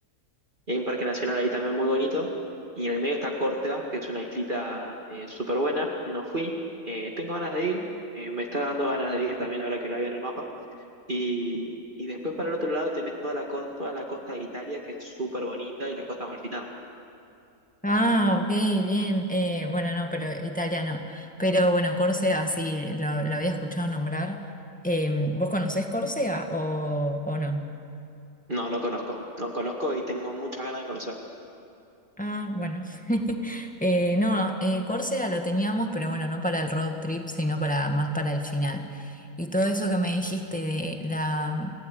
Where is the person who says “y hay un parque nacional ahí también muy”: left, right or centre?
Right